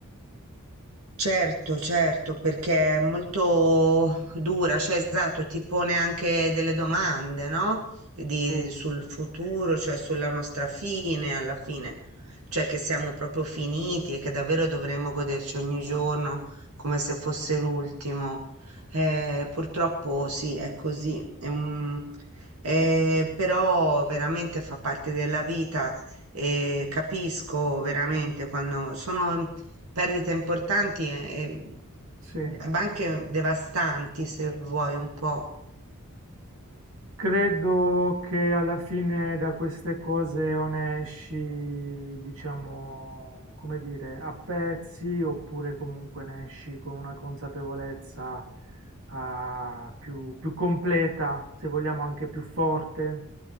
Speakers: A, on the right; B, on the right.
A: Certo, certo, perché è molto dura, cioè esatto, ti pone anche delle domande, no? Di-
B: Sì,
A: sul futuro, cioè sulla nostra fine alla fine, cioè che siamo proprio finiti e che davvero dovremmo goderci ogni giorno come se fosse l'ultimo. Eh, purtroppo sì, è così, è un- eh, però veramente fa parte della vita e capisco veramente quando sono Perdite importanti e,
B: sì.
A: e- ma anche devastanti, se vuoi un po'.
B: Credo che alla fine da queste cose o ne esci, diciamo, come dire, a pezzi oppure comunque ne esci con una consapevolezza ah, più, più completa, se vogliamo anche più forte.